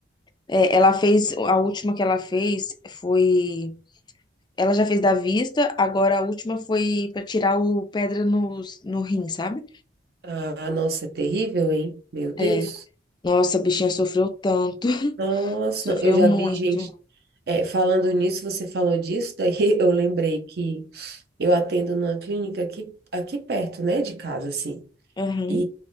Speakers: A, on the left (about 25°); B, on the right (about 60°).
A: É, ela fez, a última que ela fez foi. Ela já fez da vista, agora a última foi pra tirar o pedra no, no rim, sabe?
B: Ah, nossa, é terrível, hein? Meu Deus.
A: É. Nossa, a bichinha sofreu tanto. <laughs>
B: Nossa,
A: Sofreu
B: eu já
A: muito.
B: vi gente. é, falando nisso, você falou disso, daí <laughs> eu lembrei que eu atendo numa clínica aqui, aqui perto, né, de casa, assim.
A: Aham,
B: E,